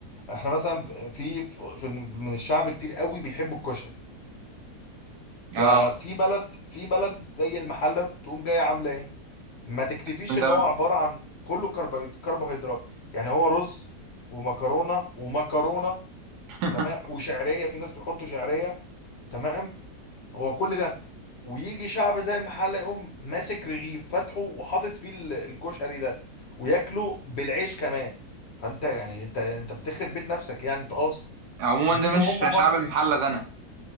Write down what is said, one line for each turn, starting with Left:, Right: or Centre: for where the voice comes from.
Left: احنا مثلا ب- في في من الشعب كتير قوي بيحبوا الكشري ففي
Right: اه
Left: بلد في بلد زي المحلة بتقوم جاية عاملة ايه ما تكتفيش
Right: سندوتش
Left: ان هو عبارة عن كله كربوهيد- كربوهيدرات يعني هو رز ومكرونة ومكرونة
Right: <laughs>
Left: تمام وشعرية في ناس بيحطوا شعرية تمام هو كل ده ويجي شعب زي المحلة يقوم ماسك رغيف فاتحه وحاطط فيه ال- الكشري ده وياكله بالعيش كمان فانت يعني انت انت بتخرب بيت نفسك يعني انت قاصد
Right: عموما
Left: يجوا
Right: ده مش
Left: هم
Right: شعب
Left: برضه
Right: المحلة ده انا